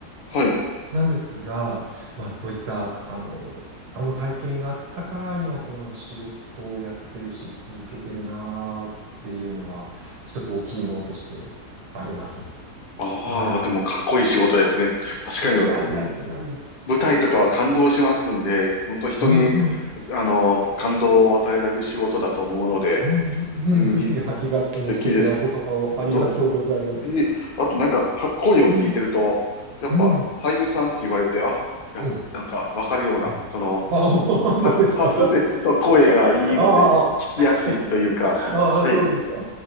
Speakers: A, on the left; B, on the right.
A: はい。
B: なんですが、まあ、そういった、あの、あの体験があったから、今この仕事をやってるし、続けてるなーっていうのは、一つ大きいものとしてあります。
A: ああ、
B: はい。
A: でもかっこいい仕事ですね。確かに、
B: いやいやいやいやいや。
A: わ、舞台とかは感動しますんで、本当人に、
B: うんうん。
A: あの、感動を与えられる仕事だと思うので、
B: うんうんうん。
A: うん、に素
B: <laughs> いや、ありがとう。もう素敵なお言葉をありがとうございます。
A: 敵です。あと、ええあとなんか、は声を聞いてると、
B: うん
A: やっぱ俳優さんって言われて、
B: うん
A: あ、や、
B: うん
A: なんかわかるような、
B: うん。
A: その、
B: あ、本当ですか。
A: か、滑舌と声がいいので聞、
B: <laughs> ああ、
A: 聞きやすいというか、
B: ああ、
A: はい、
B: そうですか。<laughs>